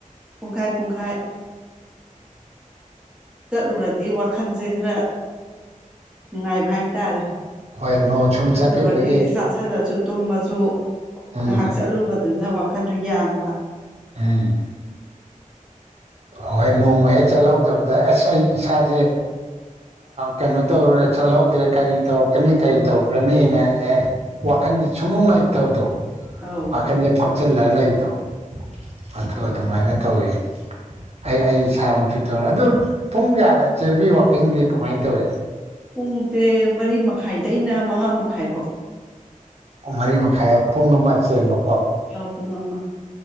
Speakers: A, in the centre; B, on the right.
A: ꯄꯨꯡꯈꯥꯏ ꯄꯨꯡꯈꯥꯏ ꯆꯠꯂꯨꯔꯗꯤ ꯋꯥꯈꯜꯁꯦ ꯈꯔ ꯅꯨꯡꯉꯥꯏꯕ ꯍꯥꯏꯇꯥꯔꯦ
B: ꯍꯣꯏ ꯅꯣꯡ ꯁꯨꯝ
A: ꯆꯂ
B: ꯆꯠꯈꯤꯕꯗꯒꯤ
A: ꯋꯥꯔꯤꯗꯤ ꯆꯁꯥꯏꯂꯁꯨ ꯇꯨꯝꯃꯁꯨ
B: ꯎꯝ
A: ꯉꯥꯏꯍꯥꯛ ꯆꯠꯂꯨꯕꯗꯨꯅ ꯋꯥꯈꯟꯗꯨ ꯌꯥꯡꯕ
B: ꯎꯝ ꯍꯣꯏ ꯅꯣꯡꯃ ꯍꯦꯛ ꯆꯠꯍꯧꯗꯕꯗ ꯑꯁ ꯑꯩ ꯏꯁꯥꯁꯦ ꯀꯩꯅꯣ ꯇꯧꯦ ꯆꯠꯍꯧꯗ꯭ꯔꯦ ꯀꯔꯤ ꯇꯧꯔꯛꯀꯅꯤ ꯀꯔꯤ ꯇꯧꯈ꯭ꯔꯅꯤꯅ ꯋꯥꯈꯜ ꯋꯥꯈꯟꯁꯦ ꯁꯨꯃꯅꯨꯡꯉꯥꯏꯇꯧꯗꯣ
A: ꯑꯧ
B: ꯋꯥꯈꯟꯁꯦ ꯐꯛꯆꯤꯜꯂꯒ ꯂꯩꯕꯗꯣ ꯑꯗꯨ ꯑꯗꯨꯃꯥꯏꯅ ꯇꯧꯋꯤ ꯑꯩ ꯑꯩ ꯏꯁꯥꯃꯨꯁꯨ ꯇꯧꯔꯦ ꯑꯗꯨ ꯄꯨꯡ ꯀꯌꯥꯗ ꯆꯦꯟꯕꯤ ꯋꯥꯋꯥꯛꯀꯤꯡꯗꯤ ꯀꯃꯥꯏꯅ ꯇꯧꯏꯤ
A: ꯄꯨꯡꯁꯦ ꯃꯔꯤ ꯃꯈꯥꯏꯗꯩꯅ ꯃꯉꯥ ꯃꯈꯥꯏ ꯐꯥꯎ
B: ꯃꯔꯤ ꯃꯈꯥꯏ ꯄꯨꯡ ꯑꯃ ꯆꯦꯟꯕ
A: ꯑ ꯄꯨꯡ ꯑꯃ